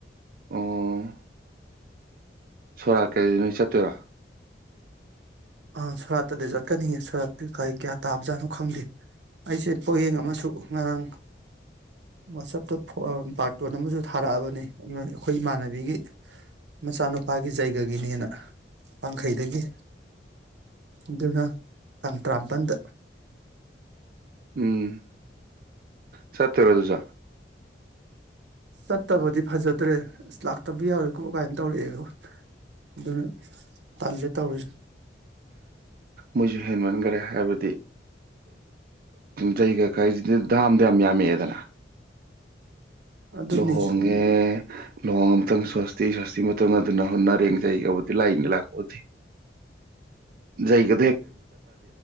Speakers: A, on the right; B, on the right.
A: ꯑꯣ ꯁꯣꯔꯥꯠ ꯀꯗꯤ ꯅꯣꯏ ꯆꯠꯇꯣꯏꯔ
B: ꯑ ꯁꯣꯔꯥꯠꯇꯗꯤ ꯆꯠꯀꯅꯤꯌꯦ ꯁꯣꯔꯥꯠꯇ ꯀꯔꯤ ꯀꯌꯥ ꯇꯥꯕꯖꯥꯠꯅꯣ ꯈꯪꯗꯦ ꯑꯩꯁꯦ ꯄꯣꯌꯦꯡ ꯑꯃꯁꯨ ꯉꯔꯥꯡ ꯋꯥꯆꯞꯇ ꯕꯥꯔꯇꯣꯟ ꯑꯃꯁꯨ ꯊꯥꯔꯛꯑꯕꯅꯤ ꯑꯩꯈꯣꯏ ꯏꯃꯥꯟꯅꯕꯤꯒꯤ ꯃꯆꯥꯅꯨꯄꯥꯒꯤ ꯖꯩꯒꯒꯤꯅꯦꯅ ꯋꯡꯈꯩꯗꯒꯤ ꯑꯗꯨꯅ ꯇꯥꯡ ꯇꯔꯥꯃꯄꯜꯗ
A: ꯎꯝ ꯆꯇꯣꯏꯔꯣ ꯑꯗꯨꯖꯨ
B: ꯆꯠꯇꯕꯗꯤ ꯐꯖꯗ꯭ꯔꯦ ꯑꯁ ꯂꯥꯛꯇꯕꯗꯤ ꯌꯥꯎꯔꯣꯏꯀꯣ ꯀꯥꯏꯅ ꯇꯧꯔꯛꯑꯦꯕ ꯑꯗꯨꯅ ꯇꯜꯂꯦ ꯇꯧꯔꯤꯁꯦ
A: ꯃꯣꯏꯖꯨ ꯍꯦꯟꯃꯟꯈꯔꯦ ꯍꯥꯏꯕꯗꯤ ꯖꯩꯒ ꯀꯥꯏꯁꯤ ꯗꯥꯝꯗꯣ ꯌꯥꯝ ꯌꯥꯝꯃꯛꯑꯦꯗꯅ
B: ꯑꯗꯨꯅꯤ
A: ꯂꯨꯍꯣꯡꯉꯦ ꯂꯨꯍꯣꯡꯉ ꯃꯇꯨꯡ ꯁꯣꯁꯇꯤ ꯁꯣꯁꯇꯤ ꯃꯇꯨꯡ ꯑꯗꯨ ꯅꯍꯨꯠ ꯅꯔꯦꯡ ꯖꯩꯒꯕꯨꯗꯤ ꯂꯥꯏꯅꯦ ꯂꯥꯛꯄꯕꯨꯗꯤ ꯖꯩꯒ